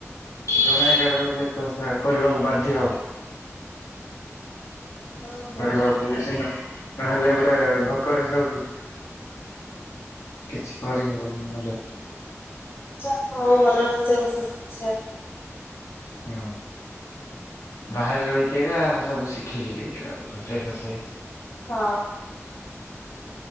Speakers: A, on the left; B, on the left.
A: ଜଣେ ଏକା ରହିଲେ ତ ସେ କରିବାକୁ ବାଧ୍ୟ।
B: ହୁଁ ହୁଁ
A: କରିବାକୁ ପଡୁନା ନହେଲେ ଏଟେ ଭୋକରେ ସବୁ କିଛି କରିହବନି ନହେଲେ
B: ଯାହା ହଉ ଭଲରେ ରୋଷେଇ ବାସ ଶିଖିଚ।
A: ହଁ। ବାହାରେ ରହିକି ଏଗା ସବୁ ଶିଖିଚି ରୋଷେଇ ଫୋଷେଇ।
B: ହଁ।